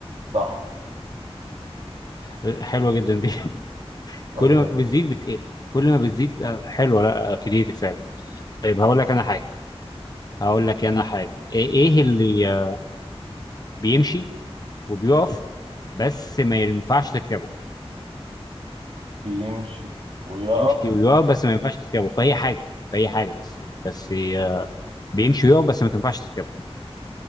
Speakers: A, on the right; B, on the left.
A: صح
B: آه، حلوة جدا دي <laughs> كل
A: هي
B: ما بتزيد بتقل كل ما بتزيد آه حلوة لا آه كريتيف فعلا طيب هقول لك أنا حاجة هقول لك أنا حاجة إيه إيه اللي آه، بيمشي وبيقف بس ما ينفعش تركبه
A: بيمشي ويقف
B: بيمشي ويقف بس ما ينفعش تركبه في اي حاجه في اي حاجه بس بس آه، بيمشي ويقف بس ما تنفعش تركبه